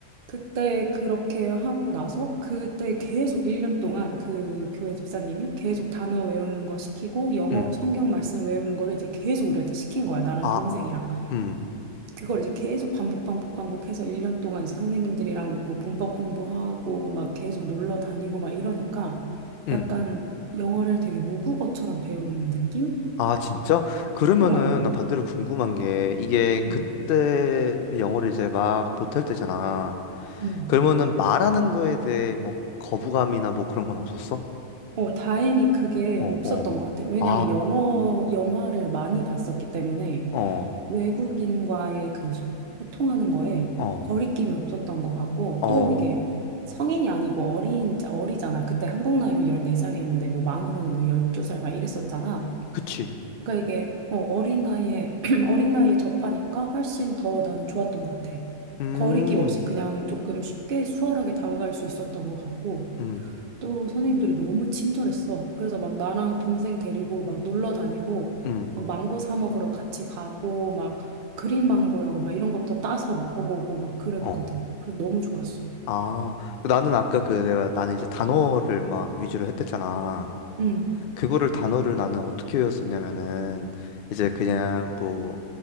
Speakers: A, on the right; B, on the left.
A: 그때 그렇게 하고 나서 그때 계속 1년 동안 그 교회 집사님이 계속 단어 외우는 거 시키고 영어로
B: 음.
A: 성경 말씀 외우는 거를 이제 계속 우리한테 시킨 거야. 나랑
B: 아,
A: 동생이랑.
B: 음.
A: 그걸 이제 계속 반복 반복 반복해서 1년 동안 이제 선생님들이랑 뭐 문법 공부하고 막 계속 놀러 다니고 막 이러니까
B: 음.
A: 약간 영어를 되게 모국어처럼 배우는 느낌?
B: 아, 진짜? 그러면은
A: 어.
B: 난 반대로 궁금한 게 이게
A: 응.
B: 그때 영어를 이제 막 못할 때잖아.
A: 응.
B: 그러면은 말하는 거에 대해 뭐 거부감이나 뭐 그런 건 없었어?
A: 어, 다행히 그게
B: 어,
A: 없었던
B: 어.
A: 것 같아요. 왜냐하면
B: 아,
A: 영어, 영화를 많이 봤었기 때문에
B: 어,
A: 외국인과의 그 소- 소통하는 거에
B: 어,
A: 거리낌이 없었던 것 같고
B: 어.
A: 또 이게 성인이 아니고 어린, 자- 어리잖아. 그때 한국 나이로 14살이었는데 뭐 만으로는 뭐 12살 막 이랬었잖아.
B: 그치.
A: 그러니까 이게 어, 어린 나이에, <clears throat> 어린 나이에 접하니까 훨씬 더 나는 좋았던 것 같아.
B: 음,
A: 거리낌 없이 그냥 조금 쉽게 수월하게 다가갈 수 있었던 것 같고
B: 음,
A: 또 선생님들이 너무 친절했어. 그래서 막 나랑 동생 데리고 막 놀러 다니고,
B: 음.
A: 막 망고 사 먹으러 같이 가고, 막 그린 망고라고 막 이런 것도 따서 먹어보고 막 그랬거든.
B: 어.
A: 그래서 너무 좋았어.
B: 아, 그 나는 아까 그 내가 나는 이제 단어를 막 위주로 했댔잖아.
A: 응,
B: 그거를 단어를 나는 어떻게 외웠었냐면은 이제 그냥 뭐